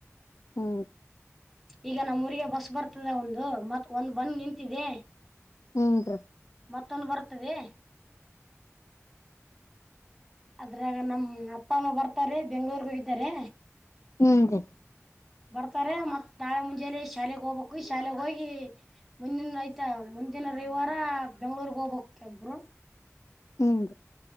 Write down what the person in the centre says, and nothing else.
ಈಗ ನಮ್ಮ್ ಊರಿಗೆ ಬಸ್ ಬರ್ತದೆ ಒಂದು ಮತ್ ಒಂದ್ ಬಂದ ನಿಂತಿದೆ
ಮತ್ತೊಂದು ಬರ್ತದೆ ಅದ್ರಾಗ ನಮ್ಮ ಅಪ್ಪ ಅಮ್ಮ ಬರ್ತಾರೆ ಬೆಂಗ್ಳೂರ್ ಗೆ ಹೋಗಿದ್ದಾರೆ
ಬರ್ತಾರೆ ಮತ್ತ್ ನಾಳೆ ಮುಂಜಾಲಿ ಶಾಲೆೆಗೆ ಹೋಗ್ಬೇಕು ಶಾಲೆೆಗೆ ಹೋಗಿ ಮುಂದಿನ ಆಯ್ತಾ ಮುಂದಿನ ರವಿವಾರ ಬೆಂಗ್ಗಳೂರ್ಗ್ ಹೋಗ್ಬಕ್ ಬ್ರು